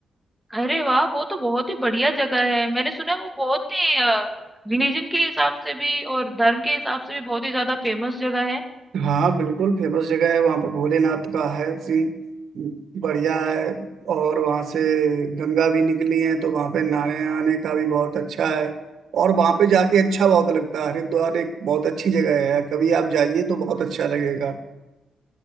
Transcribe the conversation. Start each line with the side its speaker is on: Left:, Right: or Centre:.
Centre: अरे वाह वो तो बहुत ही बढ़िया जगह है मैंने सुना है वो बहुत ही रिलीजन के हिसाब से भी और धर्म के हिसाब से भी बहुत ही ज्यादा फेमस जगह है
Right: हाँ बिल्कुल फेमस जगह है वहाँ पे भोलेनाथ का है सीन बढ़िया है और वहाँ से गंगा भी निकली है तो वहाँ पे नहाने आने का भी बहुत अच्छा है और वहाँ पे जाके अच्छा बहुत लगता है हरिद्वार एक बहुत अच्छी जगह है कभी आप जाइए तो बहुत अच्छा लगेगा